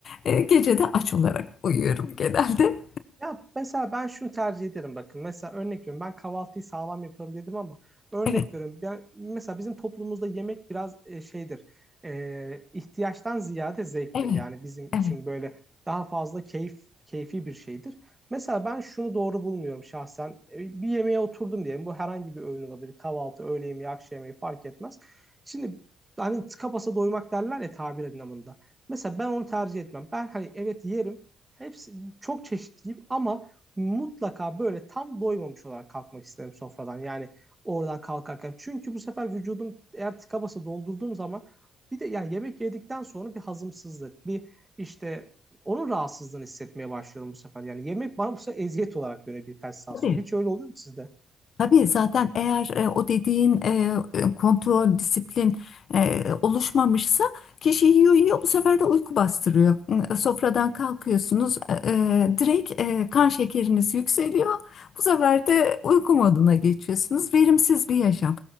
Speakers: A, on the left; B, on the right.
A: E, gece de aç olarak uyuyorum genelde.
B: Ya mesela ben şunu tercih ederim bakın. Mesela örnek veriyorum ben kahvaltıyı sağlam yaparım dedim ama örnek
A: Evet,
B: veriyorum ben, mesela bizim toplumumuzda yemek biraz e, şeydir. E, ihtiyaçtan ziyade zevktir.
A: evet,
B: Yani bizim
A: evet.
B: için böyle daha fazla keyif keyfi bir şeydir. Mesela ben şunu doğru bulmuyorum şahsen. E, bir yemeğe oturdum diyelim. Bu herhangi bir öğün olabilir. Kahvaltı, öğle yemeği, akşam yemeği fark etmez. Şimdi hani tıka basa doymak derler ya tabir anlamında. Mesela ben onu tercih etmem. Ben hani evet yerim. Hepsi çok çeşitliyim ama mutlaka böyle tam doymamış olarak kalkmak isterim sofradan. Yani oradan kalkarken. Çünkü bu sefer vücudum eğer tıka basa doldurduğum zaman bir de yani yemek yedikten sonra bir hazımsızlık, bir işte onun rahatsızlığını hissetmeye başlıyorum bu sefer. Yani yemek bana bu sefer eziyet olarak dönüyor birkaç saat
A: Tabii.
B: sonra. Hiç öyle oluyor mu sizde?
A: Tabii zaten eğer e, o dediğin e, e, kontrol, disiplin e, oluşmamışsa kişi yiyor yiyor bu sefer de uyku bastırıyor. E, Sofradan kalkıyorsunuz e, e, direkt e, kan şekeriniz yükseliyor. Bu sefer de uyku moduna geçiyorsunuz. Verimsiz bir yaşam.